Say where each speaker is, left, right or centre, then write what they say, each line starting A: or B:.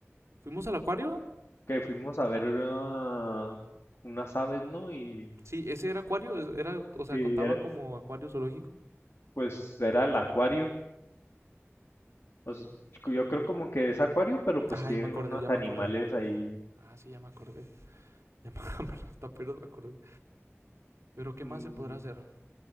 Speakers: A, on the right (about 75°); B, on the left (about 65°).
A: ¿Fuimos al acuario?
B: que fuimos a ver ah, unas aves, ¿no? Y
A: Sí, ese era acuario, es- era, o
B: sí,
A: sea, contaba
B: era-
A: como acuario zoológico.
B: pues era el acuario. O sea, yo creo como que es acuario, pero pues
A: Ah,
B: tienen
A: ya me acordé,
B: unos
A: ya
B: animales
A: me acordé.
B: ahí.
A: Ah, sí, ya me acordé. Ya me <laughs> apenas- hasta apenas me acordé. Pero ¿qué
B: Mm,
A: más se podrá hacer?